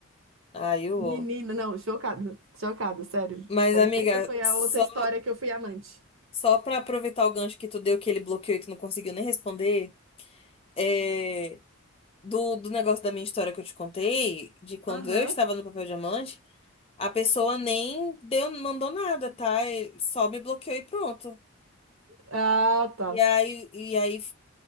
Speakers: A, on the left; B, on the right.
A: Ai, eu.
B: Menina, não, chocada, chocada, sério.
A: Mas,
B: É,
A: amiga,
B: Essa foi a
A: só,
B: outra história que eu fui amante.
A: só pra aproveitar o gancho que tu deu, que ele bloqueou e tu não conseguiu nem responder, é. Do, do negócio da minha história que eu te contei, de quando
B: Aham.
A: eu estava no papel diamante. A pessoa nem deu, mandou nada, tá? Ele Só me bloqueou e pronto.
B: Ah, tá.
A: E aí, e aí,